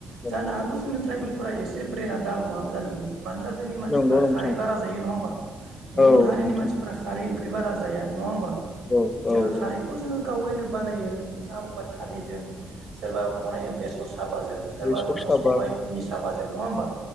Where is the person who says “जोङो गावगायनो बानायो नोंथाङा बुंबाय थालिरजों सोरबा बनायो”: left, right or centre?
Right